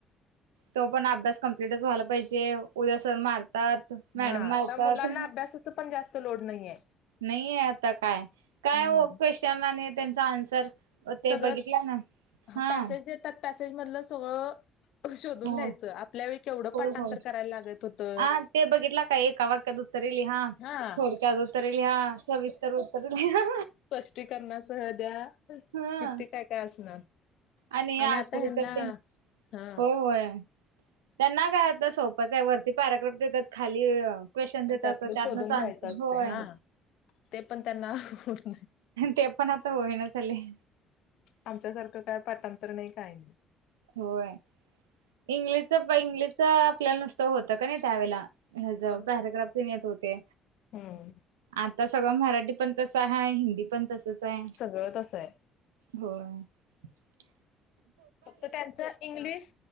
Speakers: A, on the right; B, on the left.
A: तो पण अभ्यास कमप्लीटच व्हायला पाहिजे. उद्या सर मारतात मॅडम
B: हा
A: मारतात.
B: आता मुलांना अभ्यासाच पण जास्त लोड नाहीये
A: नाही आहे आता काय काय
B: हम्म
A: ओ क्वेशन आणि त्याचं आन्सर. ओ ते
B: सगळं
A: बघितलं ना हा.
B: पॅसेज येतात पॅसेज मधलं सगळं शोधून
A: हो
B: लिहायचं आपल्या वेळी केवढं
A: होय
B: पाठांतर
A: होय
B: करायला लागत होतं.
A: हा ते बघितला काय एका वाक्यात उत्तरे. लिहा
B: हा.
A: थोडक्यात उत्तरे लिहा सविस्तर उत्तरे लिहा.
B: स्पष्टीकरणासह द्या
A: ह
B: किती काय काय असणार.
A: आणि आकृत्या
B: आता ह्यांना
A: तेन
B: हा
A: होय होय. त्यांना काय आता सोपच आहे वरती पॅरिग्राफ देतात खाली अं. क्वेश्चन देतात
B: त्यातलं
A: त्यातूनच
B: शोधून लिहायचं
A: आन्सर
B: असते
A: होय.
B: हा. ते पण त्यांना होत
A: ते पण आता होईना झालय
B: आमच्यासारखं काय पाठांतर. तर नाही काय.
A: होय इंग्लिशच इंग्लिशच. नुसत होत का नाही त्यावेला ह
B: होय होय.
A: पॅरग्राफ येत होते.
B: हम्म
A: आता सगळं मराठी पण तसं आहे हिंदी पण तसच आहे
B: सगळं तसं आहे.
A: हो. <unintelligible>
B: फक्त त्यांच इंग्लिश